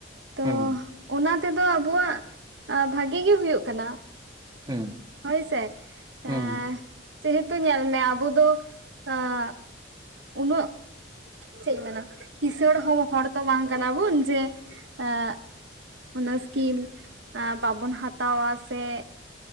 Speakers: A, on the right; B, on the right.
A: ᱛᱚ
B: ᱦᱩᱸ
A: ᱚᱱᱟ ᱛᱮᱫᱚ ᱟᱵᱚᱣᱟᱜ ᱟᱸ ᱵᱷᱟᱜᱤ ᱜᱮ ᱦᱩᱭᱩᱜ ᱠᱟᱱᱟ
B: ᱦᱩᱸ
A: ᱦᱳᱭ ᱥᱮ ᱮᱸ
B: ᱦᱩᱸ
A: ᱛᱚ ᱧᱮᱞ ᱢᱮ ᱟᱵᱚ ᱫᱚ ᱟᱸ ᱩᱱᱟᱹᱜᱼᱼ ᱪᱮᱫ ᱤᱧ ᱢᱮᱱᱟ ᱠᱤᱥᱟᱹᱲ ᱦᱚᱸ ᱦᱚᱲ ᱛᱚ ᱵᱟᱝ ᱠᱟᱱᱟ ᱵᱩᱱ ᱡᱮ ᱮᱸ ᱚᱱᱟ ᱥᱠᱤᱢ ᱵᱟᱵᱚᱱ ᱦᱟᱛᱟᱣᱟ ᱥᱮᱼᱼ